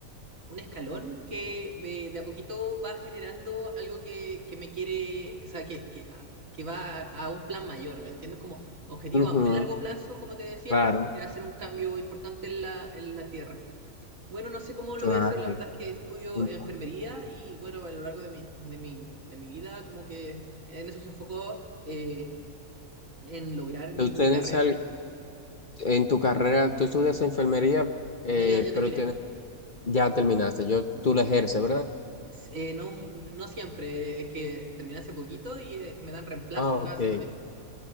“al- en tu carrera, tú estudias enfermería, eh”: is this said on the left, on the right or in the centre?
Left